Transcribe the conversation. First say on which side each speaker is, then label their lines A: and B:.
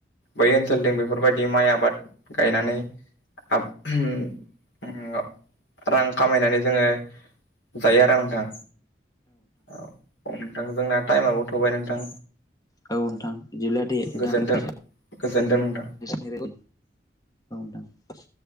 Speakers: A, on the left; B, on the left.
A: बै ओनसोलजों बेफोरबायदि माइ आबाद गायनानै आ रां खामायनानै जोङो जायो आरो नोंथां औ औ नोंथांजोंना टाइमाबो थ'बाय नोंथां
B: औ नोंथां बिदिब्ला दे
A: गोजोनथों
B: नोंथां
A: गोजोनथों नोंथां
B: नि र ग दां <unintelligible>